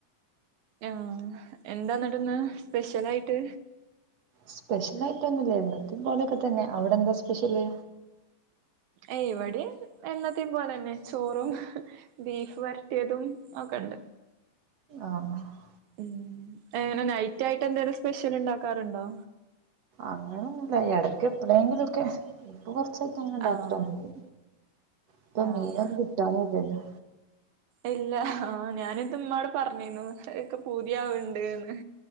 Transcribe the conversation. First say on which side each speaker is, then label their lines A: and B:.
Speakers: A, on the right; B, on the right.
A: ആ എന്താന്നട്ട്ന്ന് സ്പെഷ്യൽ ആയിട്ട്
B: സ്പെഷ്യൽ ആയിട്ടൊന്നുംല്ല എന്നത്തിം പോലെയൊക്കെ തന്നെ അവിടെ എന്താ സ്പെഷ്യല്
A: എയ് ഇവടിം എന്നത്തെ പോലെന്നെ ചോറും ബീഫ് വരട്ടിയതും ഒ ക്കണ്ട്
B: ആഹ്
A: ഉം എങ്ങനെ നൈറ്റ് ആയിട്ട് എന്തെലും സ്പെഷ്യൽ ഉണ്ടാക്കാറുണ്ടോ
B: അങ്ങനൊന്നുല്ല ഇടക്ക് എപ്പളെങ്കിലും ഒക്കെ ഇപ്പ കൊറച്ചായിട്ട്അങ്ങനെ ഉണ്ടാക്ക
A: ആഹ്
B: ലെന്നുല്ല പ്പം
A: ആഹ്
B: മീനെന്നു കിട്ടാനു ല്ലല്ലോ
A: ഇല്ല ആ ഞാനിത് ഇമ്മാട് പറഞ്ഞിന്നു ഇക്ക് പൂതിയാവ്ണ്ട്ന്ന്